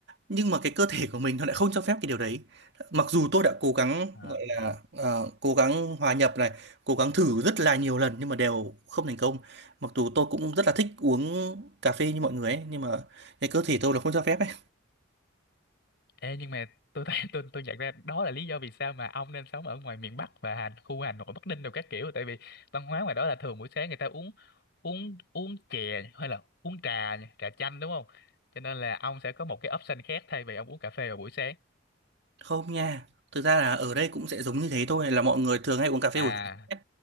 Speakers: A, on the right; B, on the left.
A: nhưng mà cái cơ thể của mình nó lại không cho phép cái điều đấy mặc dù tôi đã cố gắng
B: à.
A: gọi là ờ, cố gắng hòa nhập này cố gắng thử rất là nhiều lần nhưng mà đều không thành công mặc dù tôi cũng rất là thích uống cà phê như mọi người ấy nhưng mà cái cơ thể tôi là không cho phép ấy
B: Ê, nhưng mà tôi thấy tôi tôi nhận ra đó là lý do vì sao mà ông nên sống ở ngoài miền Bắc và Hà, khu Hà Nội Bắc Ninh đồ các kiểu tại vì văn hóa ngoài đó là thường buổi sáng người ta uống uống uống chè hay là uống trà nhỉ, trà chanh đúng không cho nên là ông sẽ có một cái option khác thay vì ông uống cà phê vào buổi sáng
A: Không nha, thực ra là ở đây cũng sẽ giống như thế thôi là mọi người thường hay uống cà phê
B: à
A: buổi sáng ấy.